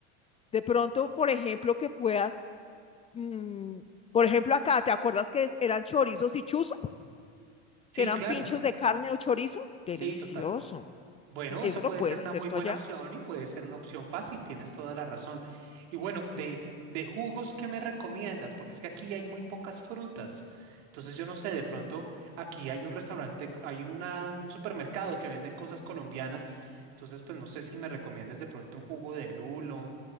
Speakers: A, on the left (about 20°); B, on the right (about 75°).
A: de pronto, por ejemplo, que puedas, mm, por ejemplo, acá, ¿te acuerdas que eran chorizos y chuzas?
B: Sí,
A: que eran
B: claro,
A: pinchos de carne o chorizo. Delicioso.
B: sí, total. Bueno,
A: Eso
B: eso puede
A: lo puedes
B: ser una
A: hacer
B: muy
A: tú
B: buena
A: allá.
B: opción y puede ser una opción fácil, tienes toda la razón. Y bueno, de, de jugos, ¿qué me recomiendas? Porque es que aquí hay muy pocas frutas. Entonces yo no sé, de pronto aquí hay un restaurante, hay una- un supermercado que venden cosas colombianas. Entonces, pues no sé si me recomiendas de pronto un jugo de lulo